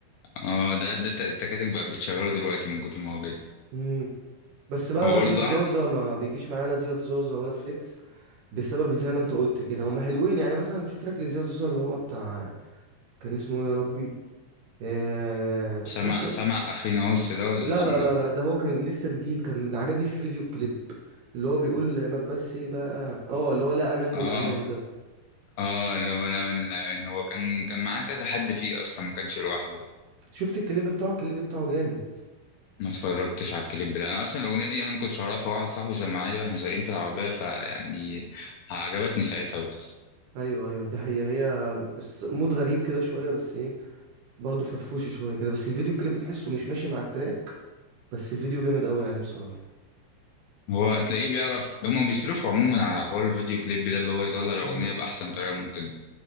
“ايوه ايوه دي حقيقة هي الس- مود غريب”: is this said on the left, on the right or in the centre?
Right